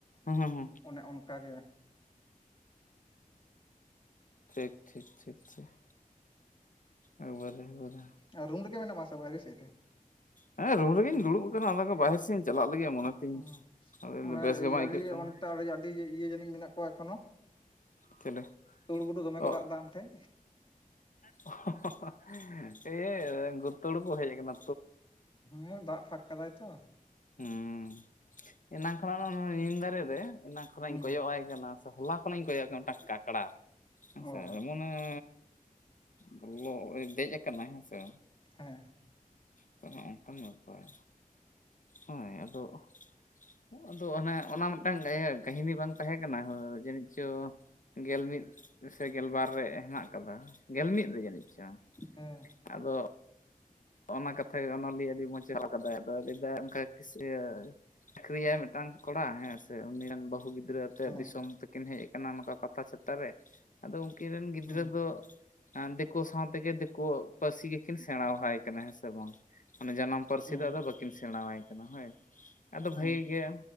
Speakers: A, on the left; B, on the left.
A: ᱦᱩᱸ ᱦᱩᱸ ᱦᱩᱸ
B: ᱚᱱᱮ ᱚᱱᱠᱟ ᱜᱮ᱾
A: ᱴᱷᱤᱠ ᱴᱷᱤᱠ ᱴᱷᱤᱠ ᱴᱷᱤᱠ᱾ ᱮᱡᱠᱵᱟᱨᱮ ᱮᱠᱵᱟᱨᱮ᱾
B: ᱟᱨ ᱨᱩᱢ ᱨᱮᱜ ᱢᱮᱱᱟᱢᱟ ᱥᱮ ᱵᱟᱦᱨᱮ ᱥᱮᱫ ᱨᱮ?
A: ᱦᱮᱸ ᱨᱩᱢ ᱨᱮᱜᱮᱧ ᱫᱩᱲᱩᱵ ᱟᱠᱟᱱᱟ ᱟᱫᱚ ᱵᱟᱦᱮᱨ ᱥᱮᱫ ᱤᱧ ᱪᱟᱞᱟᱜ ᱞᱟᱹᱜᱤᱫ ᱢᱚᱱᱮ ᱛᱤᱧ
B: ᱚ
A: ᱟᱫᱚ ᱤᱧᱫᱚ
B: ᱚᱱᱟ
A: ᱵᱮᱥ ᱜᱮ ᱵᱟᱝ
B: ᱟᱹᱰᱤ
A: ᱟᱹᱭᱠᱟᱹᱜ ᱠᱟᱱᱟ᱾
B: ᱚᱱᱛᱮ ᱟᱹᱰᱤ ᱤᱭᱟᱹ ᱡᱟᱹᱱᱤᱡ ᱢᱮᱱᱟᱜ ᱠᱚᱣᱟ, ᱮᱠᱷᱚᱱᱳ
A: ᱪᱮᱞᱮ
B: ᱛᱩᱲ ᱜᱩᱰᱩ ᱫᱚᱢᱮ ᱠᱚ
A: ᱚ
B: ᱨᱟᱜ ᱮᱫᱟ ᱟᱢ ᱴᱷᱮᱡ?
A: <unintelligible> ᱤᱭᱟᱹ ᱛᱩᱲ ᱠᱚ ᱦᱮᱡ ᱠᱟᱱᱟ᱾
B: ᱦᱮᱸ ᱫᱟᱜ ᱯᱷᱟᱸᱠ ᱠᱟᱫᱟᱭ ᱛᱚ᱾
A: ᱦᱮᱸ ᱮᱱᱟᱝ ᱠᱷᱚᱱᱟᱜ ᱱᱤᱢ ᱫᱟᱨᱮ ᱨᱮ, ᱮᱱᱟᱝ ᱠᱷᱚᱱᱟᱜ
B: ᱦᱩᱸ
A: ᱤᱧ ᱠᱚᱭᱚᱜ ᱟᱭ ᱠᱟᱱᱟ᱾ ᱦᱚᱞᱟ ᱠᱷᱚ ᱤᱧ ᱠᱚᱭᱚᱜ ᱭᱮ ᱠᱟᱱᱟ ᱢᱤᱫᱴᱟᱝ ᱠᱟᱠᱲᱟ ᱦᱮᱸᱥᱮ
B: ᱚ
A: ᱮᱢᱚᱱ ᱦᱮᱸ ᱵᱚᱞᱚ ᱫᱮᱡ ᱟᱠᱟᱱᱟᱭ ᱦᱮᱸᱥᱮ᱾
B: ᱦᱮᱸ
A: ᱛᱚ ᱱᱚᱜ-ᱚ ᱱᱚᱝᱠᱟᱱ ᱵᱮᱯᱟᱨ᱾ ᱦᱳᱭ ᱟᱫᱚ, ᱟᱫᱚ ᱚᱱᱮ ᱚᱱᱟ ᱢᱤᱫᱴᱟᱝ ᱤᱭᱟᱹ ᱠᱟᱹᱦᱤᱱᱤ ᱵᱟᱝ ᱛᱟᱦᱮᱸ ᱠᱟᱱᱟ ᱦᱚᱸ ᱡᱟᱹᱱᱤᱡ ᱪᱚ ᱜᱮᱞ ᱢᱤᱫ ᱥᱮ ᱜᱮᱞ ᱵᱟᱨ ᱨᱮ ᱦᱮᱱᱟᱜ ᱠᱟᱫᱟ ᱜᱮᱞ ᱢᱤᱫ ᱨᱮ ᱡᱟᱹᱱᱤᱡ ᱪᱚᱝ᱾
B: ᱦᱮᱸ,
A: ᱟᱫᱚ, ᱚᱱᱟ ᱠᱟᱛᱷᱟ ᱜᱮ ᱚᱱᱚᱞᱤᱭᱟᱹ ᱟᱹᱰᱤ ᱢᱚᱡᱽ ᱮ ᱚᱞ ᱟᱠᱟᱫᱟᱭ ᱟᱫᱚ ᱞᱟᱹᱭᱫᱟᱭ ᱚᱱᱠᱟ ᱠᱤᱥᱤᱭᱟᱹ ᱪᱟᱹᱠᱨᱤᱭᱟᱭ ᱢᱤᱫᱴᱟᱝ ᱠᱚᱲᱟ ᱦᱮᱸ ᱥᱮ ᱩᱱᱤ ᱨᱮᱱ ᱵᱟᱹᱦᱩ ᱜᱤᱫᱽ ᱜᱤᱫᱽᱨᱟᱹ ᱟᱛᱮᱜ
B: ᱦᱮᱸ
A: ᱫᱤᱥᱚᱢ ᱛᱮᱠᱤᱱ ᱦᱮᱡ ᱠᱟᱱᱟ ᱱᱚᱝᱠᱟ ᱯᱟᱛᱟ ᱪᱷᱟᱛᱟ ᱨᱮ ᱟᱫᱚ ᱩᱱᱠᱤᱱ ᱨᱮᱱ ᱜᱤᱫᱽᱨᱟᱹ
B: ᱦᱩᱸ
A: ᱫᱚ, ᱫᱤᱠᱳ ᱥᱟᱸᱶᱛᱮᱜᱮ ᱫᱤᱠᱳ ᱯᱟᱹᱨᱥᱤ ᱜᱮᱠᱤᱱ ᱥᱮᱬᱟᱦᱟᱭ ᱠᱟᱱᱟ ᱦᱮᱸ ᱥᱮ ᱵᱟᱝ? ᱚᱱᱮ ᱡᱟᱱᱟᱢ ᱯᱟᱹᱨᱥᱤ
B: ᱦᱮᱸ
A: ᱫᱚ ᱟᱫᱚ ᱵᱟᱹᱠᱤᱱ ᱥᱮᱬᱟᱣᱟᱭ ᱠᱟᱱᱟ ᱦᱳᱭ ᱟᱫᱚ
B: ᱦᱩᱸ
A: ᱵᱷᱟᱹᱜᱤ ᱜᱮ,